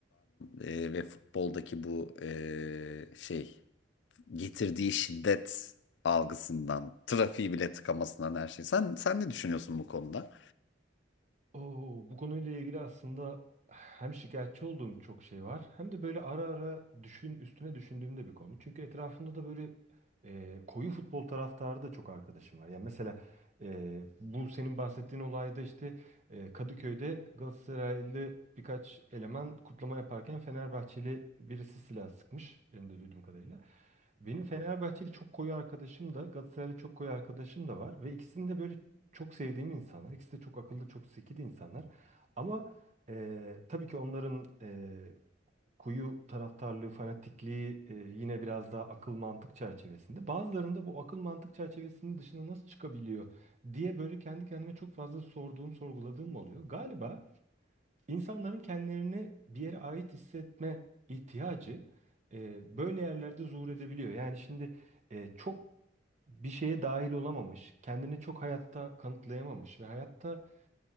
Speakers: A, on the left; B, on the right.
A: e, ve futboldaki bu e, şey getirdiği şiddet algısından, trafiği bile tıkamasından her şey. Sen sen ne düşünüyorsun bu konuda?
B: Oo, bu konuyla ilgili aslında hem şikayetçi olduğum çok şey var hem de böyle ara ara düşün üstüne düşündüğüm de bir konu. Çünkü etrafımda da böyle e, koyu futbol taraftarı da çok arkadaşım var. Yani mesela e, bu senin bahsettiğin olayda işte e, Kadıköy'de Galatasaraylı birkaç eleman kutlama yaparken Fenerbahçeli birisi silah sıkmış. Benim de duyduğum kadarıyla. Benim Fenerbahçeli çok koyu arkadaşım da Galatasaraylı çok koyu arkadaşım da var ve ikisinin de böyle çok sevdiğim insanlar. İkisi de çok akıllı, çok zeki de insanlar. Ama e, tabii ki onların e, kuyu taraftarlığı, fanatikliği e, yine biraz daha akıl mantık çerçevesinde. Bazılarında bu akıl mantık çerçevesinin dışına nasıl çıkabiliyor diye böyle kendi kendime çok fazla sorduğum, sorguladığım oluyor. Galiba İnsanların kendilerini bir yere ait hissetme ihtiyacı e, böyle yerlerde zuhur edebiliyor. Yani şimdi e, çok bir şeye dahil olamamış, kendini çok hayatta kanıtlayamamış ve hayatta